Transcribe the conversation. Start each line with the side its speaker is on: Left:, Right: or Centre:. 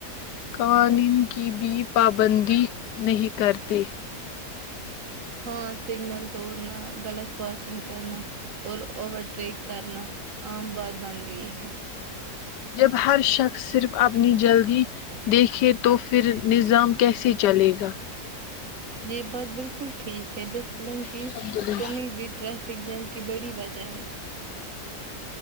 Left: قوانین کی بھی پابندی نہیں کرتے
Right: ہاں سگنل توڑنا غلط پارکنگ کرنا اور اوورٹریک کرنا عام بات بن گئی ہے
Left: جب ہر شخص صرف اپنی جلدی دیکھے تو پھر نظام کیسے چلے گا
Right: یہ بات بالکل ٹھیک ہے ڈسپلن کی
Left: الحمد للہ
Right: کمی بھی ٹریف ٹکجن کی بڑی وجہ ہے